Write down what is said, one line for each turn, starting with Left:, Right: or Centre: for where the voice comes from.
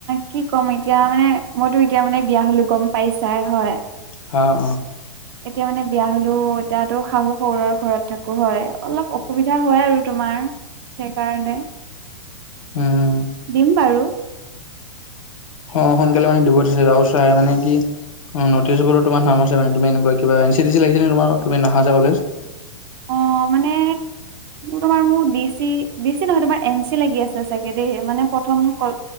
Right: কি ক'ম এতিয়া মানে মইতো এতিয়া মানে বিয়া হলো গম পাইছাই হয়।
Left: অঁ
Right: এতিয়া মানে বিয়া হলো এতিয়াতো শাহু শহুৰৰ ঘৰত থাকো হয় অলপ অসুবিধা হয় আৰু তোমাৰ। সেইকাৰণে।
Left: উম।
Right: দিম বাৰু।
Left: অঁ সোনকালে মানে দিব দিছে ৰাও চাই মানে কি <inaudible>
Right: অঁ মানে তোমাৰ মো বি চি ডি চি নহয় তোমাৰ এন চি লাগি আছে চাগে দেই মানে প্ৰথম ক